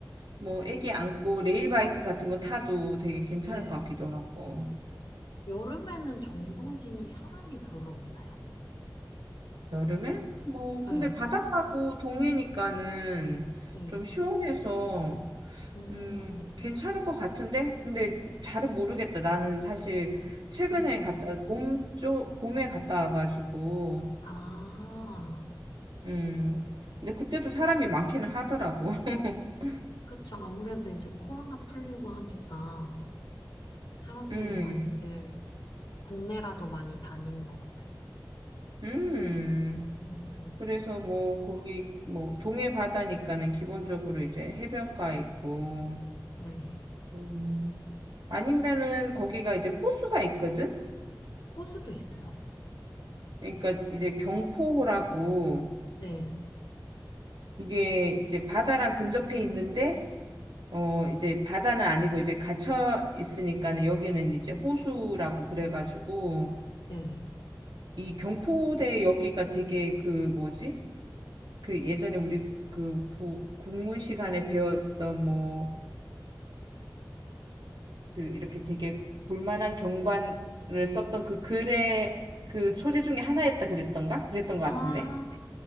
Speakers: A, on the right (about 75°); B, on the left (about 75°).
A: 뭐 애기 안고 레일바이크 같은 거 타도 되게 괜찮을
B: 네.
A: 것 같기도 하고
B: 여름에는 정동진이 사람이 별로 없나요?
A: 여름에 뭐
B: 네.
A: 근데 바닷가고 동해니까는
B: 네.
A: 좀 시원해서
B: 음,
A: 음 괜찮을 것 같은데 근데 잘은 모르겠다 나는 사실 최근에
B: 음, 음.
A: 갔다 봄쪽 봄에 갔다 와가지고
B: 아,
A: 음 근데 그때도 사람이 많기는 하더라고 <laughs>
B: 그쵸. 아무래도 이제 코로나 풀리고 하니까 사람들이
A: 음
B: 많이들 국내라도 많이 다니는 것 같아요.
A: 음.
B: 음, 음.
A: 그래서 뭐 거기 뭐 동해 바다니까는 기본적으로 이제 해변가 있고
B: 네.
A: 음, 아니면은 거기가 이제 호수가 있거든.
B: 호수도 있어요?
A: 그러니까 이제 경포호라고
B: 네,
A: 이게 이제 바다랑 근접해 있는데 어 이제 바다는 아니고 이제 갇혀 있으니까는 여기는 이제 호수라고 그래가지고
B: 네.
A: 이 경포대 여기가 되게 그 뭐지? 그 예전에 우리 그 구- 국문 시간에 배웠던 뭐그 그 이렇게 되게 볼만한 경관을 썼던 그 글의 그 소재 중에 하나였다 그랬던가? 그랬던 것
B: 아,
A: 같은데.